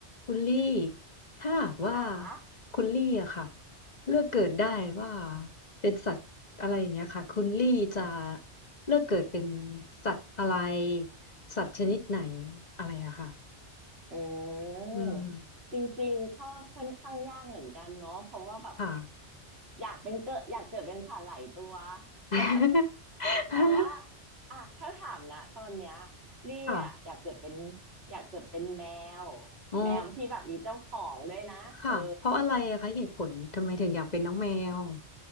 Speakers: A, on the left; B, on the right.
A: คุณลี่ถ้าหากว่า
B: ค่ะ
A: คุณลี่อะค่ะเลือกเกิดได้ว่าเป็นสัตว์อะไรอย่างเงี้ยค่ะคุณลี่จะเลือกเกิดเป็นสัตว์อะไรสัตว์ชนิดไหนอะไรอะค่ะ
B: อืม
A: อืม
B: จริงๆก็ค่อนข้างยากเหมือนกันเนาะเพราะว่าแบบ
A: ค่ะ
B: อยากเป็นเกิดอยากเกิดเป็นสัตว์หลายตัว
A: <laughs>
B: <laughs> แต่ว่าอ่ะถ้าถามนะ ตอนเนี้ยลี่อ่ะอยากเกิดเป็น
A: ค่ะ
B: อยากเกิดเป็นแมว
A: อ๋อ
B: แมวที่แบบมีเจ้าของด้วยนะ
A: ค่ะเพราะอะไรอะคะเหตุผลทำไมถึงอยากเป็นน้องแมว
B: เออ